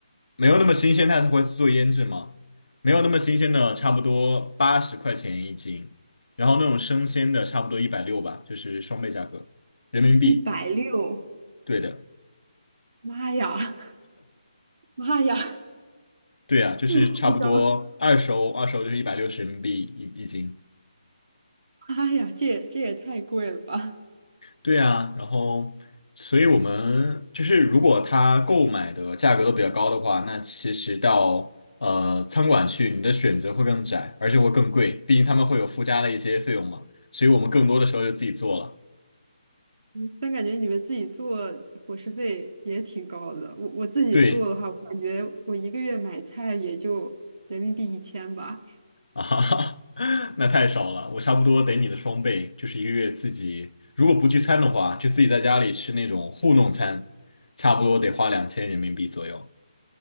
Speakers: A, on the left; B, on the right.
A: 没有那么新鲜，它会做腌制嘛，没有那么新鲜的，差不多八十块钱一斤，然后那种生鲜的差不多一百六吧，就是双倍价格，人民币。
B: 一百六，
A: 对的，
B: 妈呀 <laughs> 妈呀，
A: 对啊，就是差不多二手，
B: 这么夸张？
A: 二手就是一百六十人民币一一斤。
B: <laughs> 妈呀，这也这也太贵了吧！
A: 对啊，然后，所以我们就是如果他购买的价格都比较高的话，那其实到呃餐馆去，你的选择会更窄，而且会更贵，毕竟他们会有附加的一些费用嘛，所以我们更多的时候就自己做了。
B: 嗯但感觉你们自己做伙食费也挺高的。我我自己做的话，
A: 对
B: 我感觉我一个月买菜也就人民币一千吧。
A: 啊哈哈，<laughs> 那太少了，我差不多得你的双倍，就是一个月自己如果不聚餐的话，就自己在家里吃那种糊弄餐，差不多得花两千人民币左右。